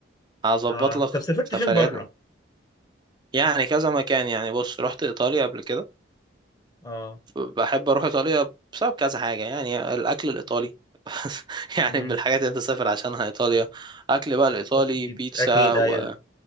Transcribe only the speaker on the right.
هظبط
لك
سفريات
م- يعني كذا مكان يعني بص رحت ايطاليا قبل كده
بحب اروح ايطاليا بسبب كذا حاجه يعني الاكل الايطالي <laughs> يعني
من الحاجات اللي انت سافر عشانها ايطاليا اكل بقى الايطالي
بيتزا
و...